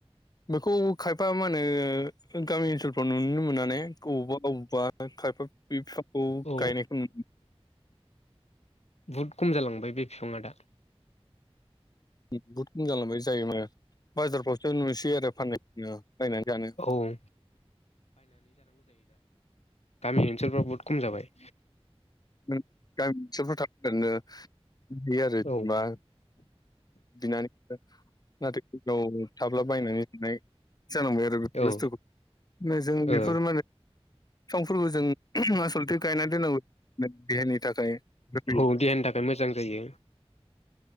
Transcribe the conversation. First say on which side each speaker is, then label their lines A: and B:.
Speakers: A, on the left; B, on the left.
A: बेखौ खायफा मा होनो गामि ओनसोलफ्राव नुनो मोननानै बबावबा बबेावबा खायफा बे फिफांखौ
B: औ
A: गायनायखौ नुनो
B: बुहुद खम जालांबाय बे बिफाङा दा
A: बुहुत खम जालांबाय जायो माने बाजारफ्रावसो नुसै आरो फाननायनो बायनानै जानो
B: औ ओनसोलफ्रा बहुत खम जाबाय
A: <inaudible> <inaudible> गामि ओनसोलफोराव थनो <inaudible> आरो जेनबा
B: औ
A: दिनानि ना <inaudible> थाब्ला बायनानै <inaudible> जानांबाय आरो बेफोर बुस्थुखौ
B: औ
A: जों बेफोर
B: औ
A: माने फिफांफोरबो जों आसलथे <inaudible> गायनानै दोननांगौ देहानि थाखाय जाहाथे
B: औ देहानि थाखाय मोजां जायो।